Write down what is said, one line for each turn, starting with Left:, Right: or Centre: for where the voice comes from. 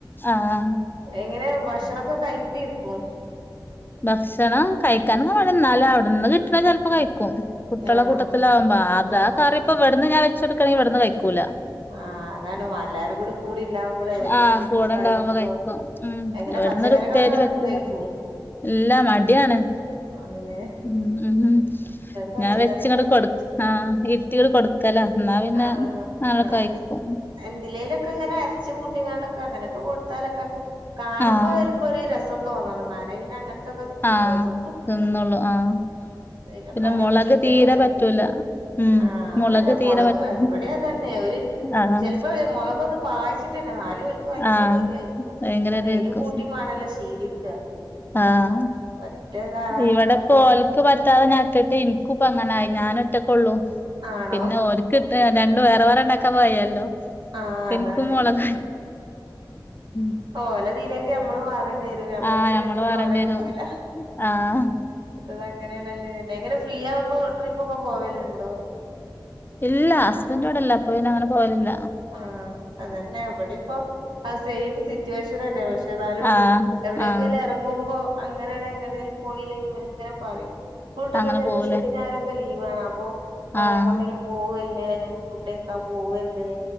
Left: ആഹ്
Right: എങ്ങനെ ഭക്ഷണൊക്കെ കഴിക്കോപ്പം
Left: ഭക്ഷണം കഴിക്കാനൊക്കെ മടിയ എന്നാലും അവിടുന്ന് കിട്ടും ചാല് ചെൽപ്പോ കഴിക്കും കുട്ട്യാളെ
Right: ആണോ
Left: കൂട്ടത്തിലകുമ്പോ അതാ
Right: ആണോ
Left: കറിപ്പോ ഇവിടുന്ന് ഞാൻ വെച്ചു കൊടുക്കണെ ഇവിടുന്ന് കയ്ക്കൂല
Right: ആഹ് അതാണ് എല്ലാരും കൂടി കൂടി ഉണ്ടാവുമ്പോളേ ഓല്
Left: ആഹ് ഇവിടെണ്ടാവുമ്പോ
Right: കഴിക്കോ
Left: കഴിക്കും ഉം
Right: എങ്ങനെ
Left: ഇവ്ട്ന്നൊരു
Right: പച്ചക്കറികളൊക്കെ
Left: ഉപ്പേരി പറ്റില്ല
Right: തിന്നേക്കും
Left: ഇല്ല മടിയാണ്
Right: ആണല്ലേ
Left: ഉം ഉം
Right: പച്ചക്കറികളൊക്കെ
Left: ഞാൻ വെച്ങ്ങട്ട് കൊടുക്കല
Right: കഴിച്ച്
Left: ആഹ് ഇരുത്തിയങ്ട്ട് കൊടുക്കല ന്നാ പിന്നെ
Right: ആണോ
Left: അങ്ങനെ
Right: ആഹ്
Left: കഴിക്കും
Right: എന്തിലേലൊക്കെ ഇങ്ങനെ അരച്ചു കൂട്ടിങ്ങണ്ടൊക്കെ അങ്ങനെക്കെ കൊടുത്താലൊക്കെ കാണുമ്പോ
Left: ആഹ്
Right: അവർക്കൊരു രസം തോന്നണം നാ ലേ ന്നെ അങ്ങൻത്തൊക്കെ തിന്നോള്ളു
Left: ആഹ്
Right: ഉം
Left: തിന്നോളും ആഹ്
Right: പിന്നപ്പ
Left: പിന്നെ
Right: അധികം
Left: മുളക്
Right: ചിക്കനും
Left: തീരെ പറ്റൂല
Right: <unintelligible>
Left: ഉം
Right: ആ അതന്നെ
Left: തീരെ
Right: മുളക്
Left: പറ്റ
Right: ഇവിടെയാ തന്നെ ഒര്
Left: ആഹ്
Right: ചെൽപ മൊളകൊന്ന് പായിചിട്ടില്ല ന്നാ ര് ഓൽക് ഭയങ്കര
Left: ആഹ്
Right: എരിവായിരിക്കും
Left: ഭയങ്കര
Right: പർഞ
Left: ഇതായിരിക്കും
Right: എരു കൂട്ടിമാണല്ലോ ശീലിക്ക
Left: ആഹ്
Right: ഒറ്റ ഇതാവാനും
Left: ഇവിടപ്പോ
Right: പറ്റൂ
Left: ഓല്ക് ത് പറ്റാതെ ഞാനിട്ടിട്ട് ഇന്ക്കും ഇപ്പ അങ്ങനായി ഞാനൊറ്റക്കോള്ളു
Right: ആണോ
Left: പിന്നെ ഓൽക് ട്ടെ രണ്ടു വേറെ വേറെ ണ്ടാക്കാൻ വയ്യല്ലോ
Right: ആഹ്
Left: അപ്പൊ
Right: അതാണ്
Left: ഇന്ക്കും മുളക് ഉം
Right: ഓലെ ഇതിലേക്ക് ഞമ്മള് മാറേണ്ടി വരും ഞമ്മളെ
Left: ആഹ്
Right: ഇതിലേക്ക്
Left: ഞമ്മള്
Right: ഒന്നും
Left: പറയേണ്ടി
Right: ഓലെ കിട്ടൂല
Left: വരും ആഹ്
Right: <unintelligible> അങ്ങനെണല്ലെ എങ്ങനെ ഫ്രീ ആകുമ്പോ ട്രിപ്പൊക്കെ പോവലുണ്ടോ
Left: ഇല്ല ഹസ്ബന്റ് ഇവിട ഇല്ല അപ്പോ പിന്നെ അങ്ങനെ പോവലില്ല
Right: ആഹ് അതന്നെ ഇവിടീം ഇപ്പോ ആഹ് സെയിം സിറ്റുവേഷൻ തന്നെ പക്ഷെ ഏതായാലും
Left: ആഹ്
Right: എവിടെയെക്കെലും
Left: ആഹ്
Right: ഇറങ്ങുമ്പോ അങ്ങനെ ഇട എങ്ങെട്ടെലും പോയില്ലെങ്കി ഇവരിങ്ങനെ പറയും സ്കൂള്ട്ട്ന്ന
Left: അങ്ങനെ
Right: ചെലപ്പോ
Left: പോവൂലേ
Right: ശനി ഞായറൊക്കെ ലീവാണ് അപ്പോ പറയും
Left: ആഹ്
Right: എങ്ങോട്ടെലും പോവല്ലെ അല്ലെങ്കി ഫുഡ് കഴിക്കാൻ പോവല്ലെ